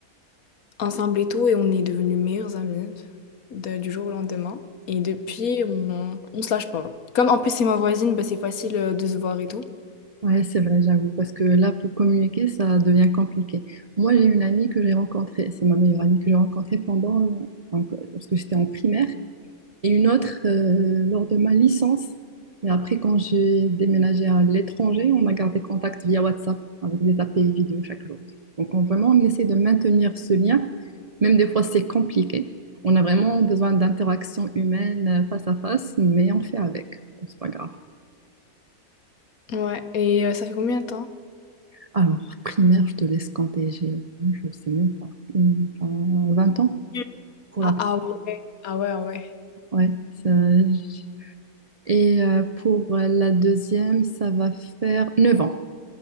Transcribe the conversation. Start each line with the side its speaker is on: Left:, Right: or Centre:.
Left: ensemble et tout. Et on est devenus meilleurs amis de- du jour au lendemain. Et depuis, on, on se lâche pas. Comme en plus, c'est ma voisine, bah, c'est facile euh, de se voir et tout.
Right: Ouais, c'est vrai, j'avoue, parce que là, pour communiquer, ça devient compliqué. Moi, j'ai une amie que j'ai rencontrée, c'est ma meilleure amie que j'ai rencontrée pendant, donc, euh, lorsque j'étais en primaire, et une autre euh, lors de ma licence. Et après, quand j'ai déménagé à l'étranger, on a gardé contact via WhatsApp avec des appels vidéo chaque jour. Donc, on- vraiment, on essaie de maintenir ce lien, même des fois, c'est compliqué. On a vraiment besoin d'interaction humaine euh, face à face, mais on fait avec. Bon, C'est pas grave.
Left: Ouais. Et euh, ça fait combien de temps?
Right: Alors, primaire, je te laisse compter. j'ai, je sais même pas, une- enfin, 20 ans
Left: Mm.
Right: pour
Left: Ah,
Right: la
Left: ah ouais, ah ouais, ah ouais.
Right: ouais. ça- j- et euh, pour la deuxième, ça va faire 9 ans.